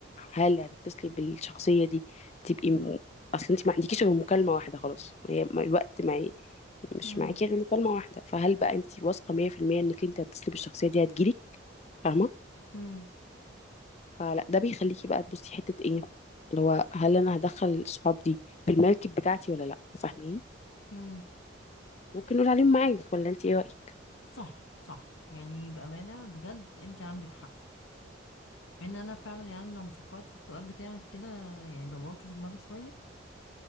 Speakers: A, on the left (about 35°); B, on the left (about 85°).
A: هل هتتصلي بالشخصية دي تبقي م... اصل انت ما عندكيش غير مكالمة واحدة خلاص هي ما- الوقت معي مش
B: امم
A: معاكي غير مكالمة واحدة فهل بقى انت واثقة 100% انك انت هتتصلي بالشخصية دي هتجيلك فاهمة
B: امم
A: فلا ده بيخليكي بقى تبصي حتة ايه اللي هو هل انا هدخل الصحاب دي في المركب بتاعتي ولا لا فاهميني
B: امم
A: ممكن نقول عليهم معايف ولا انت ايه رأيك
B: صح صح يعني بامانه بجد انت عندك حق ان انا فعلا يعني أنا لما فكرت في السؤال بتاعك كده يعني دورته في دماغي شويه